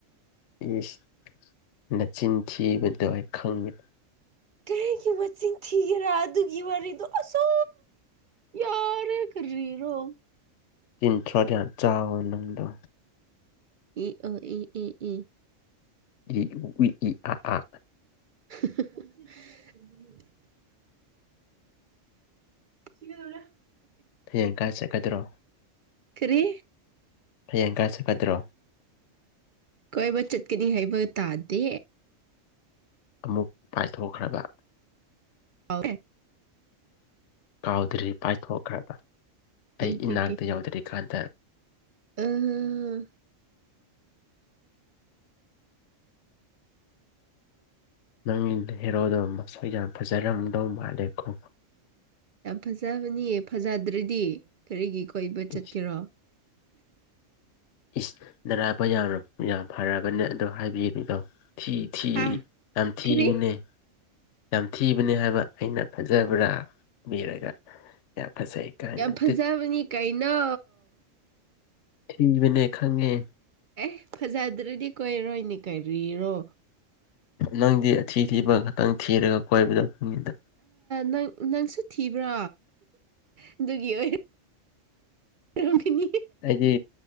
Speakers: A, on the left; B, on the right.
A: ꯏꯁ ꯅꯆꯤꯟ ꯊꯤꯕꯗ‌ꯣ ꯑꯩ ꯈꯪꯉ‌ꯦ
B: ꯀꯔꯤꯒꯤ ꯃꯆꯤꯡ ꯊꯤꯒꯦꯔꯥ ꯑꯗꯨꯒꯤ ꯋꯥꯔꯤꯗꯣ ꯑꯁꯣ ꯌꯔ ꯀꯔꯤꯔꯣ
A: ꯇꯤꯟꯊ꯭ꯔꯣꯠ ꯌꯥꯝ ꯆꯥꯕ ꯅꯪꯗꯣ
B: ꯏ ꯑ ꯏ ꯏ ꯏ
A: ꯏ ꯎ ꯏ ꯏ ꯑ ꯑ
B: <unintelligible> ꯁꯤꯒꯦꯗꯧꯔꯦ
A: ꯐꯌꯦꯡ ꯀꯥꯏ ꯆꯠꯀꯗ꯭ꯔꯣ
B: ꯀꯔꯤ
A: ꯍꯌꯦꯡ ꯀꯥꯏ ꯆꯠꯀꯗ꯭ꯔꯣ
B: ꯀꯣꯏꯕ ꯆꯠꯀꯅꯤ ꯍꯥꯏꯕ ꯇꯥꯗꯦ
A: ꯑꯃꯨꯛ ꯄꯥꯏꯊꯣꯛꯈ꯭ꯔꯕ
B: <unintelligible>
A: ꯀꯥꯎꯗ꯭ꯔꯤ ꯄꯥꯏꯊꯣꯛꯈ꯭ꯔꯕ
B: ꯏꯪ
A: ꯑꯩ
B: ꯄꯤ
A: ꯏꯅꯥꯛꯇ ꯌꯧꯗ꯭ꯔꯤꯀꯥꯟꯗ
B: ꯑꯝ
A: ꯅꯪ ꯍꯦꯔꯣꯗꯣ ꯃꯁꯛꯏ ꯌꯥꯝ ꯐꯖꯔꯝꯗꯧ ꯃꯥꯜꯂꯦꯀꯣ
B: ꯌꯥꯝ ꯐꯖꯕꯅꯤ ꯐꯖꯗ꯭ꯔꯗꯤ ꯀꯔꯤꯒꯤ ꯀꯣꯏꯕ ꯆꯠꯀꯦꯔꯣ
A: ꯏꯁ ꯏꯁ ꯅꯔꯥꯏꯕꯛ ꯌꯥꯝ ꯌꯥꯝ ꯐꯔꯕꯅꯦ ꯑꯗꯣ ꯍꯥꯏꯕꯤꯕꯤꯗꯣ ꯊꯤ ꯊꯤ
B: ꯍꯥ
A: ꯌꯥꯝꯊꯤꯕꯅ‌ꯦ
B: ꯀꯔꯤ
A: ꯌꯥꯝ ꯊꯤꯕꯅ‌ꯦ ꯍꯥꯏꯕ ꯑꯩꯅ ꯐꯖꯕ꯭ꯔꯥ ꯍ‌ꯦꯕꯤꯔꯒ ꯌꯥꯝ ꯐꯖꯩ ꯀꯥꯏꯅ
B: ꯌꯥꯝ ꯐꯖꯕꯅꯤ
A: ꯇꯤꯠ
B: ꯀꯩꯅꯣ
A: ꯊꯤꯕꯅꯦ ꯈꯥꯡꯉ‌ꯦ
B: ꯑꯦ ꯐꯖꯗ꯭ꯔꯗꯤ ꯀꯣꯏꯔꯣꯏꯅꯦ ꯀꯔꯤꯔꯣ
A: ꯅꯪꯗꯤ ꯑꯊꯤ ꯊꯤꯕ ꯈꯇꯪ ꯊꯤꯔꯒ ꯀꯣꯏꯕꯗ‌ꯣ ꯃꯤꯗꯥ
B: ꯅꯪ ꯅꯪꯁꯨ ꯊꯤꯕ꯭ꯔꯣ ꯑꯗꯨꯒꯤ ꯑꯣꯏ ꯑꯣꯢꯔꯝꯒꯅꯤ
A: ꯑꯩꯗꯤ